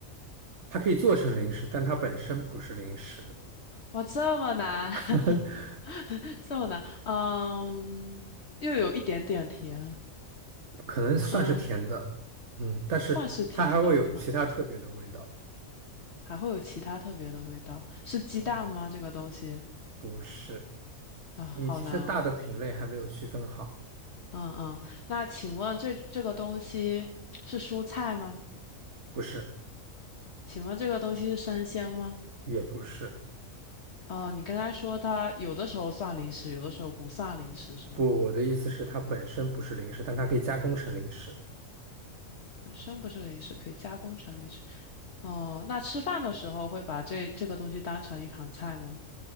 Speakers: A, on the right; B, on the left.
A: 它可以做成零食，但它本身不是零食。
B: 哇，这么难，
A: <laughs>
B: <laughs> 这么难，嗯，又有一点点甜，
A: 可能算是甜的，
B: 嗯。
A: 嗯，但是它还会有其他特别的味道，
B: 算是甜的，嗯，还会有其他特别的味道，是鸡蛋吗？
A: 嗯，
B: 这个东西
A: 不是，
B: 啊，好难哦，
A: 你其实大的品类还没有区分好，
B: 嗯嗯，那请问这这个东西是蔬菜吗？
A: 不是，
B: 请问这个东西是生鲜吗？
A: 也不是，
B: 哦，你刚才说它有的时候算零食，有的时候不算零食，是吗？
A: 不，我的意思是它本身不是零食，但它可以加工成零食，
B: 本身不是零食，可以加工成零食。哦，那吃饭的时候会把这这个东西当成一盘菜吗？